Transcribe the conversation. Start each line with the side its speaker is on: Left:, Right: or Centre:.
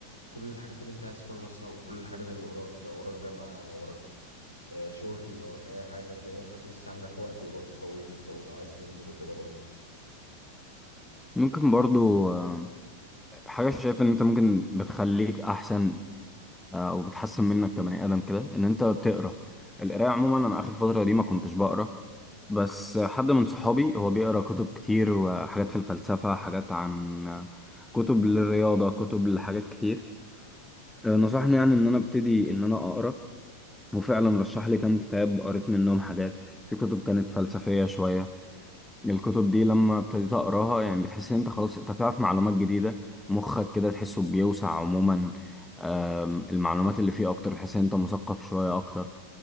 Left: كل الحاجات اللي انت عايز تخلصها وكل الحاجات اللي وراك لو وراك جامعة لو وراك آه، شغل لو وراك اي حاجة تلاقي نفسك لسه عندك وقت والوقت طويل لسه ولو عايز تنزل وكده برضه
Centre: ممكن برضو آه، حاجة شايف ان انت ممكن بتخليك احسن آه، وبتحسن منك كبني ادم كده ان انت تقرا القرايه عموما انا اخر فتره دي ما كنتش بقرا بس آه، حد من صحابي هو بيقرا كتب كتير وحاجات في الفلسفه حاجات عن آه، كتب للرياضه كتب لحاجات كتير آه، نصحني يعني ان انا ابتدي ان انا اقرا وفعلا رشح لي كام كتاب قريت منهم حاجات في كتب كانت فلسفيه شويه الكتب دي لما ابتديت اقراها يعني بتحس ان انت خلاص انت بتعرف معلومات جديده مخك كده تحسه بيوسع عموما آم، المعلومات اللي فيه اكتر تحس ان انت مثقف شويه اكتر